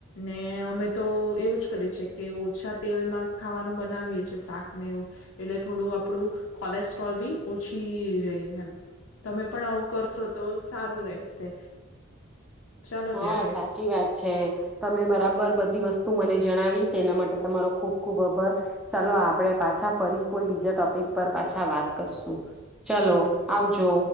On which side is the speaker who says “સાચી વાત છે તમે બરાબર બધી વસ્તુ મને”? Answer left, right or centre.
Centre